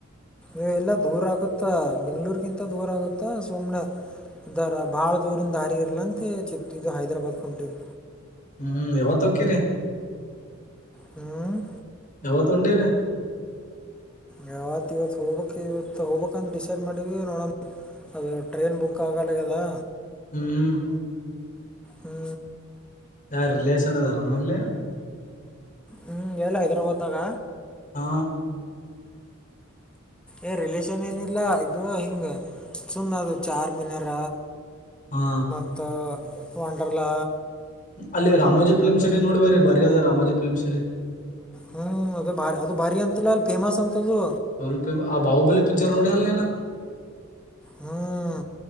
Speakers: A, in the centre; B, on the left.
A: ಎ ಇಲ್ಲ ದೂರಾಗುತ್ತಾ ಬೆಂಗ್ಳೂರ್ಗಿಂತ ದೂರಾಗುತ್ತಾ ಸುಮ್ನೆ. ಇದರ ಬಾಳ ದೂರಿಂದಾರಿ ಇರ್ಲಾಂತ್ ಚಿತ್ ಇದು ಹೈದರಾಬಾದ್ಕೊಂಟೀವ್.
B: ಹ್ಮ್ ಯಾವತ್ತು ಹೊಕ್ಕಿರಿ.
A: ಹ್ಮ್
B: ಯಾವತ್ತೊಂಟಿರಿ.
A: ಯಾವತ್ ಇವತ್ತು ಹೋಗ ಬೇಕು ಇವತ್ತು ಹೋಗಬೇಕಂತ ಡಿಸೈಡ್ ಮಾಡಿವ ನೋಡಣ ಅದು ಟ್ರೈನ್ ಬುಕ್ ಆಗಲ್ಲಗದಾ
B: ಹ್ಮ್
A: ಹ್ಞೂ
B: ಯಾರ ರಿಲೇಷನ್ ಅದಾರನಲ್ಲಿ
A: ಹ್ಮ್ ಎಲ್ಲ ಹೈದರಾಬಾದ ನಾಗ
B: ಹಾ
A: ಏ ರಿಲೇಶನ್ ಏನಿಲ್ಲ ಇದು ಹಿಂಗ ಸುಮ್ ಅದು ಚಾರ ಮೀನಾರ
B: ಹಾ
A: ಮತ್ತು ವೆಂಡರಲಾ
B: ಅಲ್ಲಿ ರಾಮಜಿ ಪೀಲ್ಮ್ ಸಿಟ ನೋಡ್ಬಿರಿ ಬರಿ ಅದ ರಾಮೋಜಿಫಿಮ್ ಸಿಟಿ
A: ಹ್ಮ್ ಅದು ಬ ಅದು ಭಾರಿ ಅಂತಲ್ಲ ಅಲ್ಲಿ ಫೇಮಸ್ ಅಂತದು
B: ಸೋಲ್ಪ ಆ ಬಾಹಬಲಿ ಪಿಕ್ಚರ್ ನುಡಿಯಲ್
A: ಹಾಂ